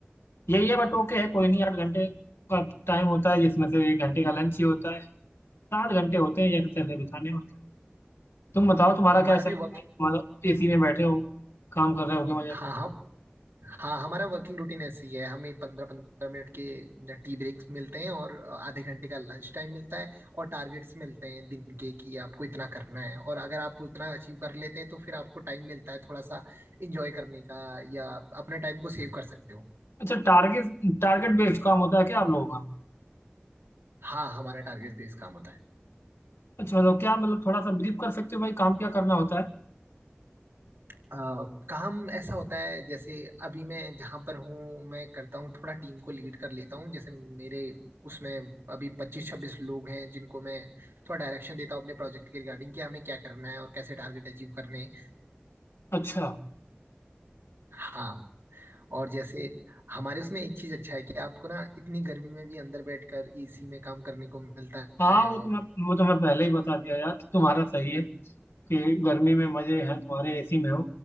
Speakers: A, on the left; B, on the right.
A: यही है बट ओके है कोई
B: अच्छा।
A: नहीं आठ घंटे का टाइम होता है जिसमें से एक घंटे का लंच ही होता है सात घंटे होते हैं एक तरह से बिताने और क्या तुम बताओ तुम्हारा
B: हमारा
A: क्या चल
B: भी
A: रहा
B: वर्क
A: है भाई तुम्हारा एसी में बैठे हो काम कर रहे हो क्या मजे
B: हाँ
A: में?
B: हाँ हाँ हमारा वर्किंग रूटीन ऐसी है हमें पंद्रह पंद्रह मिनट के टी ब्रेक्स मिलते हैं और आधे घंटे का लंच टाइम मिलता है और टारगेट्स मिलते हैं दिन के कि आपको इतना करना है और अगर आप उतना अचीव कर लेते हैं तो फिर आपको टाइम मिलता है थोड़ा सा इंजॉय करने का या अपने टाइम को सेव कर सकते हो
A: अच्छा टारगेट टारगेट बेस्ड काम होता है क्या आप लोगों का
B: हाँ हमारा टारगेट बेस्ड काम होता है
A: अच्छा मतलब क्या मतलब थोड़ा सा ब्रीफ कर सकते हो भाई काम क्या करना होता है
B: अ, काम ऐसा होता है जैसे अभी मैं जहां पर हूँ मैं करता हूँ थोड़ा टीम को लीड कर लेता हूँ जैसे मेरे उसमें अभी पच्चीस छब्बीस लोग हैं जिनको मैं थोड़ा डायरेक्शन देता हूँ अपने प्रोजेक्ट के रिगार्डिंग कि हमें क्या करना है और कैसे टारगेट अचीव करने हैं।
A: अच्छा
B: हाँ और जैसे हमारे उसमें एक चीज अच्छा है कि आपको ना इतनी गर्मी में भी अंदर बैठकर एसी में काम करने को मिलता
A: हाँ
B: है
A: वो
B: और
A: तो मैं वो तो मैं पहले ही बता दिया यार कि तुम्हारा सही है कि गर्मी में मजे हैं तुम्हारे एसी में हो